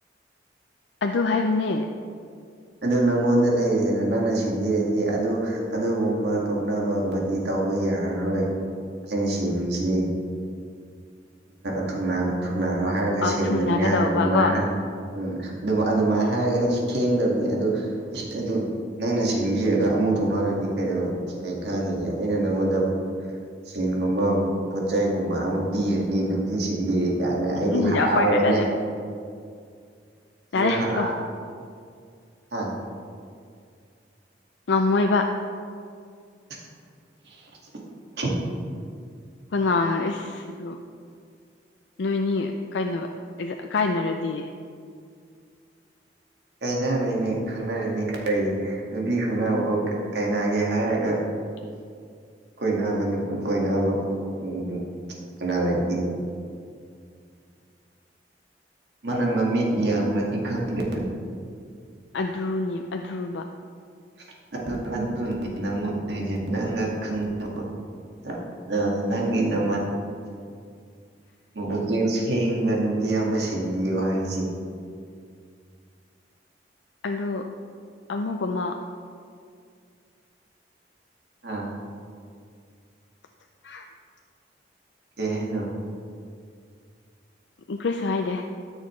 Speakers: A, on the left (about 80°); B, on the right (about 65°).
A: ꯑꯗꯨ ꯍꯥꯏꯕꯅꯦ
B: ꯑꯗꯨ ꯅꯪꯉꯣꯟꯗ ꯂꯩꯔꯤꯗꯅ ꯅꯪꯅ ꯁꯤꯟꯕꯤꯔꯗꯤ ꯑꯗꯨ ꯑꯗꯨꯒꯨꯝꯕ ꯇꯣꯛꯅꯕꯒꯨꯝꯕꯗꯤ ꯇꯧꯕ ꯌꯥꯔꯔꯣꯏ ꯑꯩꯅ ꯁꯤꯕꯤꯁꯤ ꯊꯨꯡꯅ ꯊꯨꯡꯅꯔꯣ ꯍꯥꯏꯔꯒ
A: ꯑ
B: ꯁꯦꯝꯕꯅꯤ
A: ꯊꯨꯅꯒꯗꯧꯕ
B: ꯍꯥꯏꯔꯦ ꯑꯗꯨꯃꯥꯏꯅ
A: ꯀꯣ
B: ꯍꯜꯂ ꯎꯝ ꯑꯗꯨꯃꯥꯏꯅ ꯍꯥꯏꯔꯒ ꯁꯦꯝꯗꯕꯅꯤ ꯑꯗꯨ ꯑꯗꯨ꯫ ꯅꯪꯅ ꯁꯦꯝꯕꯤꯔꯒ ꯑꯃꯨꯛ ꯊꯣꯛꯅꯔꯗꯤ ꯀꯩꯗꯧ ꯀꯩꯀꯥꯟꯅꯒꯦ ꯑꯩꯅ ꯅꯪꯉꯣꯟꯗ ꯁꯦꯟꯒꯨꯝꯕ ꯄꯣꯠꯆꯥꯏꯒꯨꯝꯕ ꯑꯃ ꯄꯤꯔꯅꯤ ꯅꯨꯄꯤ ꯁꯤꯡꯗꯤ꯫ ꯀꯥꯏꯅ ꯑꯩꯗꯤ
A: ꯎꯝ
B: ꯍꯔꯥꯎꯔꯒꯅꯣꯏꯗꯤ
A: ꯌꯥꯝ ꯄꯛꯇꯦꯗ ꯌꯥꯔꯦ
B: ꯍꯔ꯫
A: ꯇꯣ
B: ꯍꯥ
A: ꯉꯝꯃꯣꯏꯕ꯫
B: <unintelligible>
A: ꯀꯅꯥꯅ ꯏꯁꯗꯣ ꯅꯣꯏꯅꯤ ꯀꯩꯅꯣ ꯀꯥꯏꯅꯔꯗꯤ꯫
B: ꯀꯥꯏꯅꯔꯏꯅꯤ ꯈꯪꯅꯔꯗꯤ ꯀꯔꯤ ꯅꯨꯄꯤ ꯈꯪꯅꯕꯕꯨ ꯀꯥꯏꯅꯒꯦ ꯍꯥꯏꯔꯒ
A: <inaudible>
B: ꯀꯣꯏꯅꯕ ꯅꯨ ꯀꯣꯏꯅꯕ ꯎꯝ ꯎ ꯀꯅꯥ ꯂꯩꯒꯦ꯫ ꯃꯥꯥꯟꯅ ꯃꯃꯤꯠ ꯌꯥꯝꯕꯗꯤ ꯈꯪꯗꯦ꯫
A: ꯑꯗꯨꯅꯦ ꯑꯗꯨꯕ꯫
B: <unintelligible> ꯑ ꯅꯪ ꯅ ꯃꯅꯕꯤꯁꯤ ꯊꯦꯡꯕ ꯅꯨꯄꯤ ꯑꯃ ꯁꯤꯟꯕꯤꯌꯣ ꯍꯥꯏꯁꯦ꯫
A: ꯑꯗꯣ ꯑꯃꯨꯒ ꯑꯃ
B: ꯍꯥ
A: <inaudible>
B: ꯀꯩ ꯍꯥꯏꯅꯣ
A: ꯀꯔꯤꯁꯨ ꯍꯥꯏꯗꯦ꯫